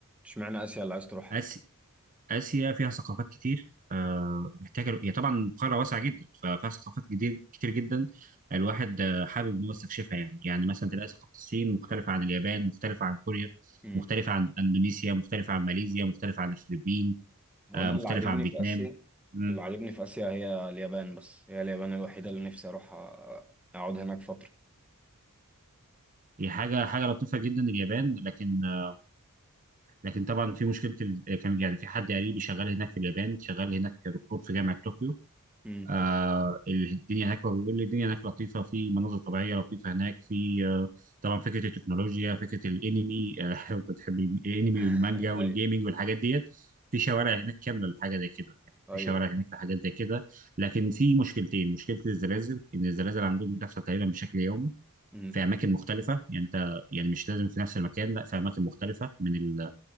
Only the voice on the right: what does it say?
آسيا آسيا فيها ثقافات كتير آه، محتاجة هي طبعا قارة واسعة جدا ففيها ثقافات كتير كتير جدا الواحد آه، حابب إن هو يستكشفها يعني يعني مثلا تلاقي ثقافة الصين مختلفة عن اليابان مختلفة عن كوريا
مختلفة عن إندونيسيا مختلفة عن ماليزيا مختلفة عن الفلبين
آه،
مختلفة
عن فيتنام
مم.
هي حاجة حاجة لطيفة جدا اليابان لكن آه، لكن طبعا في مشكلة ال- كان يعني في حد قريبي شغال هناك في اليابان شغال هناك دكتور في جامعة طوكيو
آه الدنيا هناك هو بيقول لي الدنيا هناك لطيفه في مناظر طبيعيه لطيفه هناك في آه طبعا فكره التكنولوجيا فكره الانمي آه <laughs> لو انت بتحب الانمي
والمانجا والجيمنج
والحاجات ديت في شوارع هناك كامله لحاجه زي كده يعني
في شوارع هناك لحاجات زي كده لكن في مشكلتين مشكله الزلازل ان الزلازل عندهم بتحصل تقريبا بشكل يومي
في اماكن مختلفه يعني انت يعني مش لازم في نفس المكان لا في اماكن مختلفه من ال...